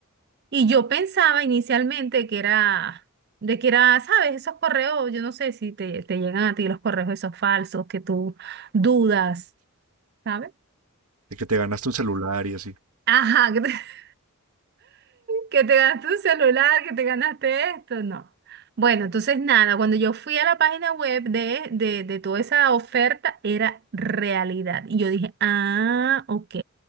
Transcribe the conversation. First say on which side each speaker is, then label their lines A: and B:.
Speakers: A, on the right; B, on the right.
A: Y yo pensaba inicialmente que era, de que era, ¿sabes? Esos correos, yo no sé si te, te llegan a ti los correos esos falsos que tú dudas, ¿sabes?
B: de que te ganaste un celular y así.
A: Ajá, <laughs> que te ganaste un celular, que te ganaste esto, no. Bueno, entonces nada, cuando yo fui a la página web de, de, de toda esa oferta, era realidad. Y yo dije, ah, ok,